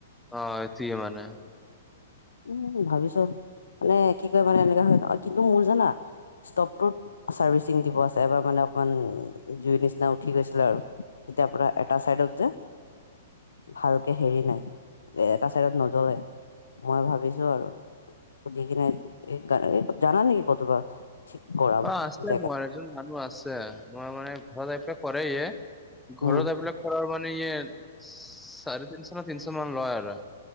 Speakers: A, in the centre; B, on the left (about 75°).
A: অ', সেইটোৱে মানে
B: উম, ভাবিছো, মানে কি কয় মানে এনেককা হয়, কিন্তু মোৰ জানা। ষ্টপটো চাৰ্ভিচিং দিব আছে, এবাৰ মানে অকমান জুইৰ নিচিনা উঠি গৈছিলে আৰু যেতিয়া আপোনাৰ এটা চাইডত যে ভালকে হেৰি নাই, এটা চাইডত নজ্বলে। মই ভাবিছোঁ আৰু, সুধি কিনে এই, জানা নেকি কতোবা ঠিক কৰাব
A: অ', আছে
B: জেগা
A: মোৰ এজন মানুহ আছে, মােৰ মানে ঘৰত আহি কৰে ইয়ে। ঘৰত
B: উম
A: এইবিলাক কৰাৰ মানে, ইয়ে চাৰে তিনশ, তিনশ মান লয় আৰু।